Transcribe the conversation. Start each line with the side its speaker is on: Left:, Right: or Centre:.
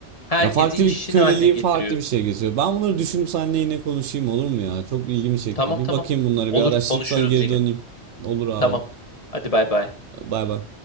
Left: Herkesi
Right: Ya farklı bir
Left: işçin
Right: köleliği
Left: haline getiriyorsun.
Right: farklı bir şey getiriyor. Ben bunları düşünüp seninle yine konuşayım olur mu ya? Çok ilgimi çekti.
Left: Tamam
Right: Bir
Left: tamam.
Right: bakayım bunlara
Left: Olur
Right: bir araştırıp
Left: konuşuruz
Right: sana geri
Left: yine.
Right: döneyim. Olur abi.
Left: Tamam. Hadi bay bay.
Right: Bay bay.